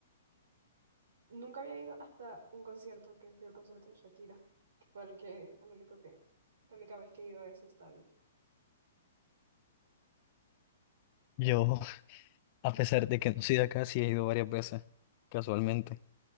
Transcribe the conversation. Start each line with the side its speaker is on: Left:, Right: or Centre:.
Right: Nunca había ido hasta un concierto, que fue el concierto de Shakira, que fue el que, el único que, la única vez que he ido a ese estadio.
Left: Yo, <laughs> a pesar de que no soy de acá, sí he ido varias veces, casualmente,